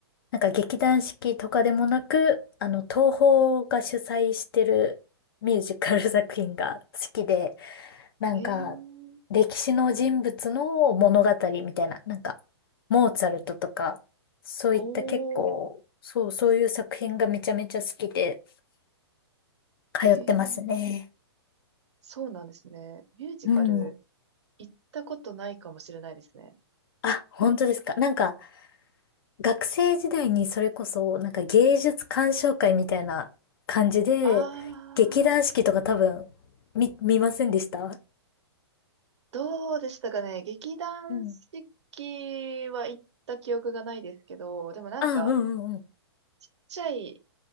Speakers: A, on the left; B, on the right.
A: なんか劇団四季とかでもなく、あの、東宝が主催してるミュージカル作品が好きで、なんか
B: ええー
A: 歴史の人物の物語みたいな、なんかモーツァルトとか、そういった結構、
B: おー、
A: そう、そういう作品がめちゃめちゃ好きで通ってますね。
B: ええーそうなんですね。ミュージカル
A: うん。
B: 行ったことないかもしれないですね。
A: あ、本当ですか。なんか、学生時代にそれこそ、なんか芸術鑑賞会みたいな感じで、
B: あ
A: 劇団四季とか多分、
B: ー、
A: 見、見ませんでした
B: どうでしたかね。劇団四季は行った記憶がないですけど、
A: うん。
B: でもなんか、
A: あ、うんうんうん。
B: ちっちゃい、い